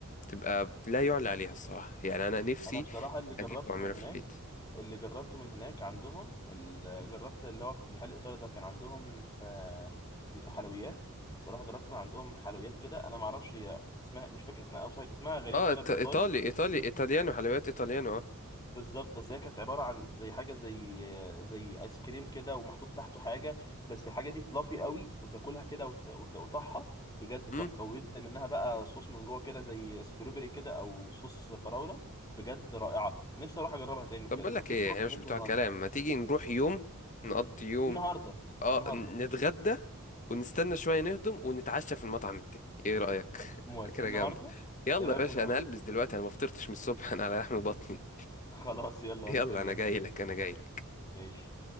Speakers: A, on the left; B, on the left.
A: تبقى لا يعلى عليها الصراحة يعني أنا نفسي
B: انا بصراحه اللي جربته
A: أجيب وأعملها
B: من هناك
A: في البيت
B: اللي جربته من هناك عندهم اللي جربت اللي هو في محل ايطالي ده كان عندهم آه، دي- حلويات بصراحه جربت من عندهم حلويات كده انا ما اعرفش هي اسمها مش فاكر اسمها او اسمها غريب
A: اه
B: كده
A: إيط-
B: بالايطالي
A: إيطالي إيطالي إيطاليانو حلويات إيطاليانو اه
B: بالظبط بس هي كانت عباره عن زي حاجه زي زي ايس كريم كده ومحطوط تحته حاجه بس الحاجه دي فلافي قوي وتاكلها كده وت- وت- وتقطعها بجد
A: مم.
B: تحفه وينزل منها بقى صوص من جوه كده زي ستروبري كده او صوص فراوله بجد رائعه نفسي اروح اجربها تاني بجد
A: طب بقول لك
B: ما تيجي
A: إيه
B: نروح
A: إحنا مش
B: ننزل
A: بتوع
B: النهارده
A: كلام ما تيجي نروح يوم نقضي يوم
B: النهارده
A: اه
B: النهارده
A: ن- نتغدى ونستنى شوية نهضم ونتعشى في المطعم التاني ايه رأيك <laughs>
B: موافق
A: فكرة
B: النهارده
A: جامدة يلا
B: ايه رايك
A: يا باشا
B: في النهارده
A: انا هلبس دلوقتي انا ما فطرتش من الصبح <laughs> انا على لحم بطني
B: <laughs> خلاص يلا
A: يلا
B: استناك
A: انا جاي لك انا جاي لك
B: ماشي